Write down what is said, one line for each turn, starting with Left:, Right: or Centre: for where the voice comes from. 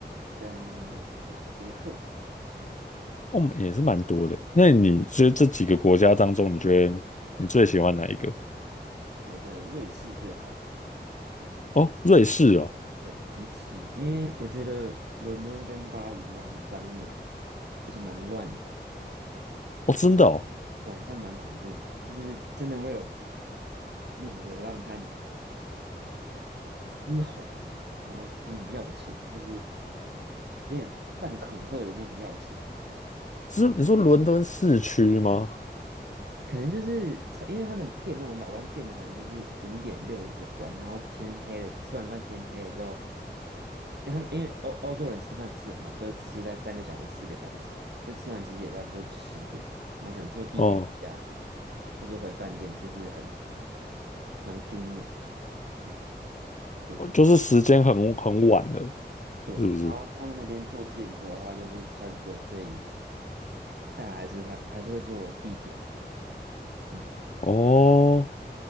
Right: 跟那什么捷克。
Left: 哦，也是蛮多的。那你觉得这几个国家当中，你觉得你最喜欢哪一个？
Right: 觉得瑞士最好玩。
Left: 哦，瑞士哦，
Right: 对，比起，因为我觉得伦敦跟巴黎蛮脏的，而且蛮乱的，
Left: 哦，真的哦，
Right: 晚上蛮恐怖，就是真的会有那种流浪汉嘶吼，然后跟你要钱，或是有点半恐吓的那种要钱。
Left: 是你说伦敦市区吗？
Right: 可能就是因为他们店都很早关，店的可能就是五点六点就关，然后天黑了，吃完饭天黑了之后，他们因为欧欧洲人吃饭吃很慢，都是吃在三个小时四个小时，所以吃完其实也差不多十点，然后可能坐地铁回家
Left: 哦，
Right: 或者回饭店，就是很蛮紧的，嗯，对
Left: 哦就是时间很很晚了，
Right: 对，
Left: 是不是？
Right: 然后他们那边坐计程车的话又是超级贵，所以大家还是会还是会坐地铁。嗯。
Left: 哦，